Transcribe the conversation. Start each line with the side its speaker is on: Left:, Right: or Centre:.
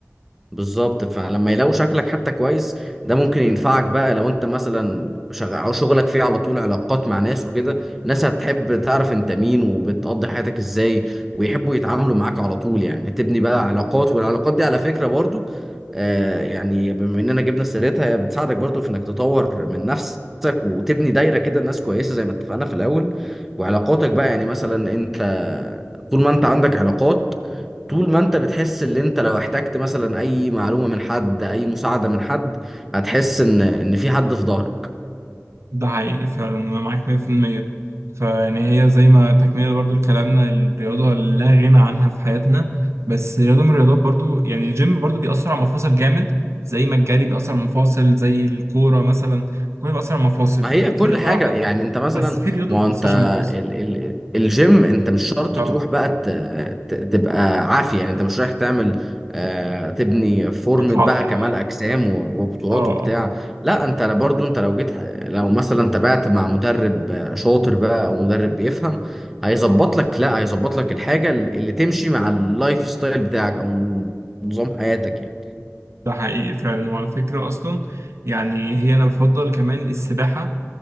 Centre: بالظبط فلما يلاقوا شكلك حتى كويس ده ممكن ينفعك بقى لو انت مثلا شغ- او شغلك فيه على طول علاقات مع ناس وكده الناس هتحب تعرف انت مين وبتقضي حياتك ازاي ويحبوا يتعاملوا معاك على طول يعني تبني بقى علاقات والعلاقات دي على فكرة برضو آه يعني بما اننا جبنا سيرتها هي بتساعدك برضو في انك تطور من نفسك وتبني دايرة كده ناس كويسة زي ما اتفقنا في الاول وعلاقاتك بقى يعني مثلا انت طول ما انت عندك علاقات طول ما انت بتحس ان انت لو احتجت مثلا اي معلومة من حد اي مساعدة من حد هتحس ان ان في حد في ظهرك
Right: ده حقيقي فعلا أنا معاك 100% فيعني هي زي ما تكملة برضو لكلامنا الرياضة لا غنى عنها في حياتنا بس رياضة من الرياضات برضو يعني الجيم برضو بيأثر على المفاصل جامد زي ما الجري بيأثر على المفاصل زي الكورة مثلا كله بيأثر على المفاصل
Centre: ما هي كل
Right: في رياضة
Centre: حاجة
Right: واحدة
Centre: يعني انت مثلا
Right: بس في رياضة
Centre: ما
Right: ما
Centre: هو
Right: بتأثرش
Centre: انت
Right: على المفاصل
Centre: ال ال الجيم انت مش شرط
Right: اه
Centre: تروح بقى ت- ت- تبقى عافية يعني انت مش رايح تعمل آه تبني فورمة
Right: الكتلة
Centre: بقى
Right: العضلية
Centre: كمال اجسام و- وبطولات
Right: اه
Centre: وبتاع
Right: اه
Centre: لا انت برضو انت لو جيت لو مثلا تابعت مع مدرب شاطر بقى او مدرب بيفهم هيظبط لك لا هيظبط لك الحاجة اللي تمشي مع اللايف ستايل بتاعك او نظام حياتك يعني
Right: ده حقيقي فعلا وعلى فكرة أصلا يعني هي أنا بفضل كمان السباحة